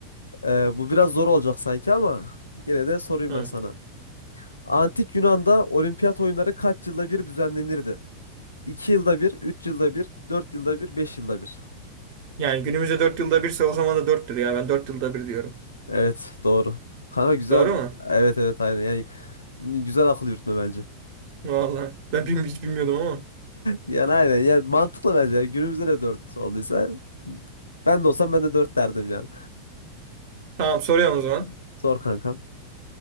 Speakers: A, on the left; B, on the right.
A: E, bu biraz zor olacak sanki ama gene de sorayım
B: Hı.
A: ben sana. Antik Yunan'da olimpiyat oyunları kaç yılda bir düzenlenirdi? 2 yılda bir, 3 yılda bir, 4 yılda bir, 5 yılda bir.
B: Yani günümüzde dört yılda birse o zaman da 4'tür ya. Ben 4 yılda bir diyorum.
A: Evet doğru. Kanka güzel.
B: Doğru mu?
A: Evet evet aynen. Yani güzel akıl yürütme bence.
B: Vallahi ben bil- hiç bilmiyordum ama.
A: Yani aynen. yani mantıklı bence. Yani Günümüzde de 4 olduysa ben de olsam ben de 4 derdim yani.
B: Tamam soruyorum o zaman.
A: Zor kankam.